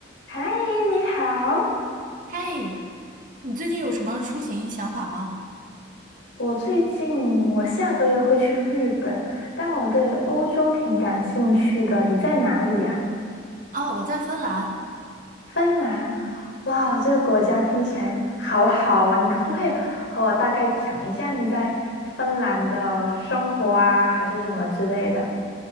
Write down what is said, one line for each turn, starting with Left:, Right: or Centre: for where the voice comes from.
Left: 嗨，你好。
Right: 嘿，你最近有什么出行想法吗？
Left: 我最近我下个月会去日本，但我对欧洲挺感兴趣的。你在哪里呀？
Right: 啊，我在芬兰。
Left: 芬兰。哇，这个国家听起来好好哦。你可不可以和我大概讲一下你在芬兰的生活啊，还是什么之类的？